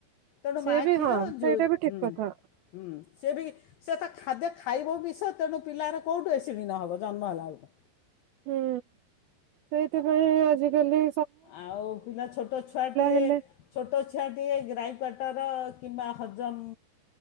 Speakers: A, on the left; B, on the right.
A: ତେଣୁ
B: ସିଏ
A: ମା
B: ବି
A: କ୍ଷୀର
B: ହଁ ସେଇଟା
A: ଯୋଉ
B: ବି ଠିକ
A: ହୁଁ
B: କଥା
A: ହୁଁ। ସିଏ ବି ସେ ତ ଖାଦ୍ୟ ଖାଇବ ବିଷ ତେଣୁ ପିଲାର କୋଉଠୁ ଏସିଡି ନହବ ଜନ୍ମ ହେଲା ବେଳକୁ।
B: ହୁଁ ସେଇଥିପାଇଁ ଆଜି କାଲି
A: ଆଉ ପିଲା ଛୋଟ ଛୁଆଟିଏ
B: ହେଲେ
A: ଛୋଟ ଛୁଆଟିଏ ଗ୍ରାହି କଟର କିମ୍ବା ହଜମ